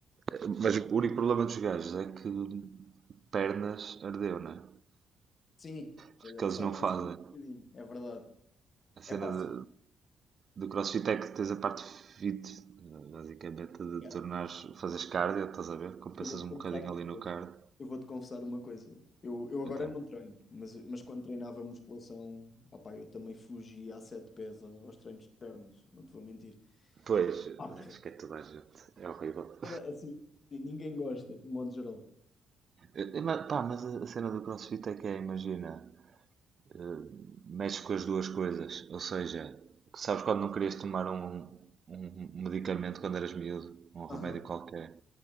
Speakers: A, on the right; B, on the left.
A: É, Mas o único problema dos gajos é que pernas ardeu, né?
B: Sim,
A: Porque
B: eh,
A: eles
B: só
A: não
B: pressionar
A: fazem.
B: um bocadinho, é verdade.
A: A
B: É
A: cena
B: pá, sim,
A: de, Do CrossFit é que tens a parte fit, basicamente, de
B: cara,
A: tornares, fazes cardio, estás a ver? Compensas
B: eu vou-te
A: um
B: confessar
A: bocadinho
B: uma coisa.
A: ali no cardio.
B: Eu vou-te confessar uma coisa. Eu, eu agora
A: Então,
B: não treino, mas, mas quando treinava musculação, opá, eu também fugia a sete pés aos treinos de pernas, não te vou mentir.
A: pois,
B: Ah, porque...
A: acho que é toda a gente, é horrível.
B: Toda- Assim, sim, ninguém gosta, de modo geral.
A: Eh, mas, pá, mas a a cena do CrossFit é que é, imagina, eh, mexes com as duas coisas, ou seja, sabes quando não querias tomar um, um um medicamento quando eras miúdo, um remédio
B: Aham,
A: qualquer,